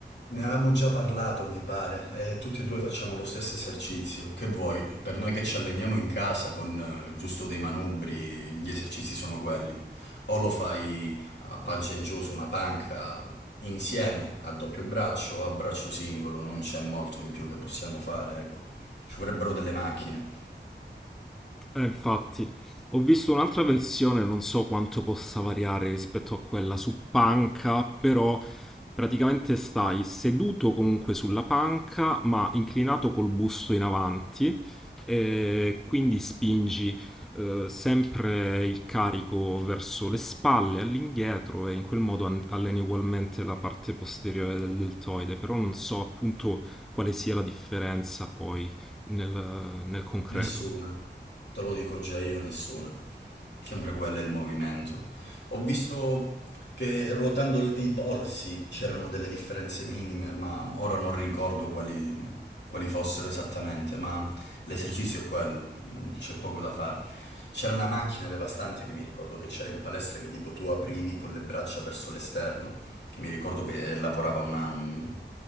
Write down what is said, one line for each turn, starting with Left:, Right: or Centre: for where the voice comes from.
Left: Ne avevamo già parlato, mi pare, e tutti e due facciamo lo stesso esercizio. Che vuoi? Per noi che ci alleniamo in casa con eh, giusto dei manubri, gli esercizi sono quelli. O lo fai a pancia in giù su una panca insieme, a doppio braccio o a braccio singolo, non c'è molto in più che possiamo fare, ecco. Ci vorrebbero delle macchine.
Centre: Eh, infatti, ho visto un'altra versione, non so quanto possa variare rispetto a quella su panca, però praticamente stai seduto comunque sulla panca, ma inclinato col busto in avanti, e quindi spingi eh, sempre il carico verso le spalle, all'indietro, e in quel modo an- alleni ugualmente la parte posteriore del deltoide, però non so appunto quale sia la differenza poi nel nel concreto.
Left: Nessuna, te lo dico già io, nessuna. Sempre quello è il movimento. Ho visto che ruotando l- i polsi c'erano delle differenze minime, ma ora non ricordo quali, quali fossero esattamente, ma l'esercizio è quello, mm, c'è poco da fare. C'era una macchina devastante che mi ricordo che c'era in palestra che tipo tu aprivi con le braccia verso l'esterno, che mi ricordo che lavorava una, un-